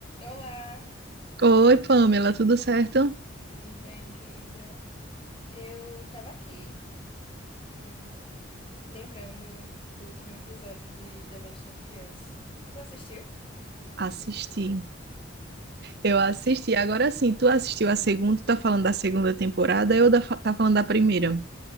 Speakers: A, on the left (about 25°); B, on the right (about 55°).
A: Olá,
B: Oi, Pamela, tudo certo?
A: tudo bem, querida? Eu tava aqui, eh, lembrando do último episódio de The Last of Us. Tu assistiu?
B: Assisti. Eu assisti. Agora sim, tu assistiu a segunda, tá falando da segunda temporada, eu da, fa- tá falando da primeira.